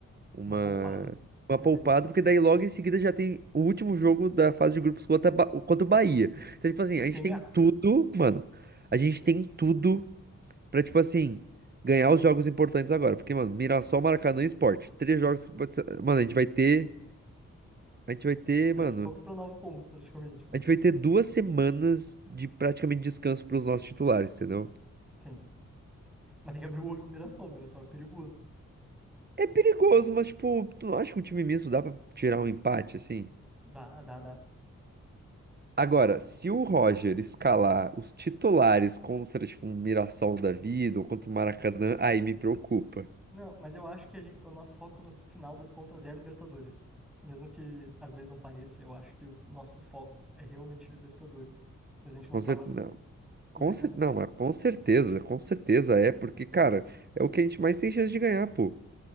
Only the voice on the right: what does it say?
uma,
uma
poupada,
porque daí logo em seguida já tem o último jogo da fase de grupos contra, a Ba- contra o Bahia. Então, tipo assim,
a
gente tem
tudo, mano, a gente tem tudo Pra, tipo assim, ganhar os jogos importantes agora. Porque, mano, Mirassol, Maracanã e Sport. Três jogos que pode ser... Mano, a gente vai ter. A gente vai ter,
mano.
A gente vai ter duas semanas de praticamente descanso pros nossos titulares, entendeu?
É perigoso, mas, tipo, tu não acha que o time misto dá pra tirar um empate, assim?
Agora, se o Roger escalar os titulares contra, tipo, um Mirassol da vida ou contra o Maracanã, aí me preocupa.
Com
certeza,
Com cer... Não,
mas com certeza, com certeza é, porque, cara, é o que a gente mais tem chance de ganhar, pô.